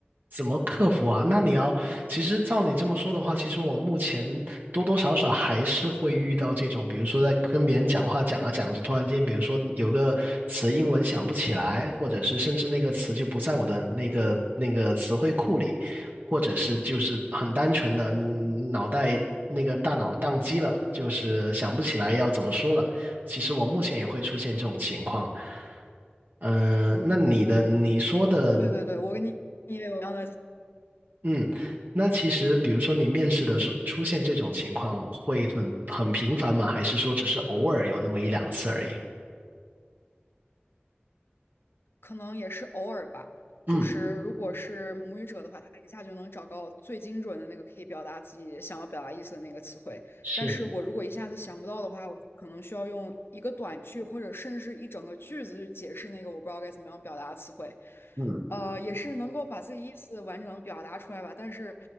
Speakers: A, on the right (about 50°); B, on the left (about 70°).
A: 怎么克服啊？那你要，其实照你这么说的话，其实我目前多多少少还是会遇到这种，比如说在跟别人讲话讲啊讲着，突然间，比如说有个词英文想不起来，或者是甚至那个词就不在我的那个那个词汇库里，或者是就是很单纯的嗯脑袋那个大脑宕机了，就是想不起来要怎么说了。其实我目前也会出现这种情况。嗯，呃那你的你说的，
B: 对对对，我跟你也有一样的，
A: 嗯，那其实比如说你面试的时候出现这种情况会很很频繁吗？
B: 嗯。
A: 还是说只是偶尔有那么一两次而已？
B: 可能也是偶尔吧。
A: 嗯，
B: 就是如果是母语者的话，他一下就能找到最精准的那个可以表达自己想要表达意思的那个词汇。
A: 是，
B: 但是我如果一下子想不到的话，我就可能需要用一个短句或者甚至是一整个句子去解释那个我不知道该怎么样表达的词汇。
A: 嗯
B: 呃，也是能够把自己意思完整地表达出来吧，但是